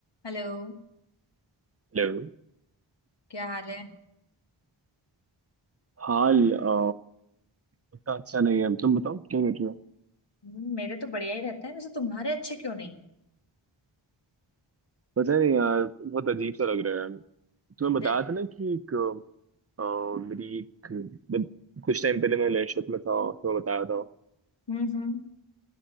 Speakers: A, on the left; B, on the right.
A: Hello
B: Hello
A: क्या हाल है
B: हाल अ, उतना अच्छा नहीं है तुम बताओ क्या कर रहे हो
A: हम्म, मेरे तो बढ़िया ही रहते हैं वैसे तुम्हारे अच्छे क्यों नहीं है
B: पता नहीं यार बहुत अजीब सा लग रहा है तुम्हें
A: जे-
B: बताया था ना कि एक अ, मेरी एक जब कुछ टाइम पहले मैं रिलेशनशिप में था तुम्हें बताया था
A: हम्म हम्म